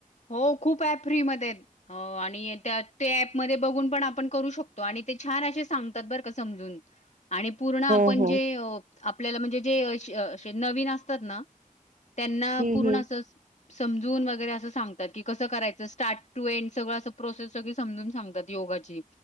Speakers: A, on the left; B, on the right.
A: हो खूप ऍप फ्रीमध्ये. अ आणि त्या ते ऍपमध्ये बघून पण आपण करू शकतो, आणि ते छान असे सांगतात बरं का समजून. <inaudible> आणि पूर्ण आपण
B: हो हो
A: जे अ आपल्याला म्हणजे जे अशे नवीन असतात ना त्यांना
B: हम्म,
A: पूर्ण
B: हम्म.
A: अस समजून वगैरे असं सांगत ताकी कसं करायच स्टार्ट टू एंड सगळ असं प्रोसेस सगळी समजून सांगतात योगाची.